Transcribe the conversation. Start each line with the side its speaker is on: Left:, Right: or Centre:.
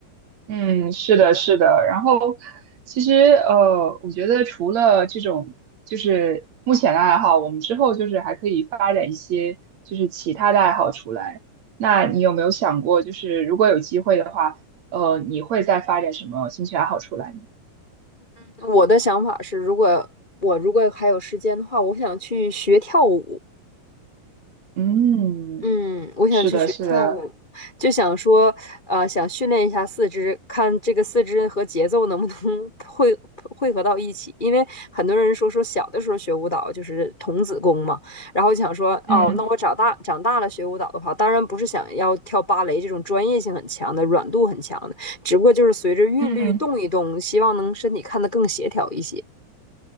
Right: 嗯，是的，是的。然后其实呃，我觉得除了这种就是目前的爱好，我们之后就是还可以发展一些就是其他的爱好出来。那你有没有想过，就是如果有机会的话，呃，你会再发展什么兴趣爱好出来呢？
Left: 我的想法是，如果我如果还有时间的话，我想去学跳舞。
Right: 嗯，
Left: 嗯，我想去学跳舞，
Right: 是的，是的，
Left: 就想说，呃，想训练一下四肢，看这个四肢和节奏能不能 <laughs> 汇汇合到一起。因为很多人说说小的时候学舞蹈就是童子功嘛，然后就想说，哦，
Right: 嗯
Left: 那我长大长大了学舞蹈的话，当然不是想要跳芭蕾这种专业性很强的、软度很强的，只不过就是随着韵律动一动，
Right: 嗯。
Left: 希望能身体看得更协调一些。